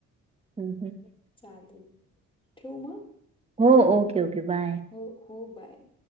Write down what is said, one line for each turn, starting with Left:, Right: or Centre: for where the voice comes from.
Right: आणि काय.
Left: चालेल ठेऊ मग.
Right: हो ओके ओके बाय.
Left: हो हो बाय.